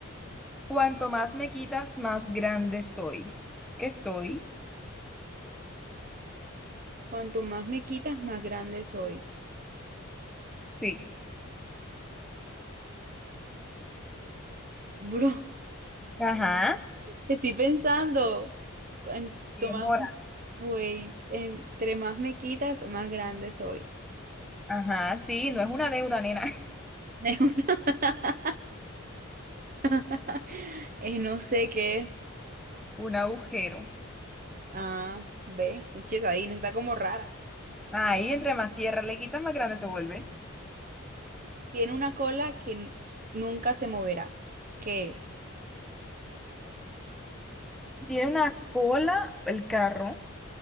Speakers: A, in the centre; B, on the right.
A: Cuanto más me quitas, más grande soy. ¿Qué soy?
B: Cuanto más me quitas, más grande soy.
A: Sí.
B: Bro.
A: Ajá.
B: Estoy pensando, en,
A: Demora.
B: tomar wait, entre más me quitas, más grande soy.
A: Ajá, sí, no es una deuda, nena. <laughs>
B: <laughs> Es una- <laughs> Eh, no sé qué es.
A: Un agujero.
B: Ah, ve, eches ahí, no está como rara.
A: Ahí, entre más tierra le quitas, más grande se vuelve.
B: Tiene una cola que n- nunca se moverá. ¿Qué es?
A: Tiene una cola el carro.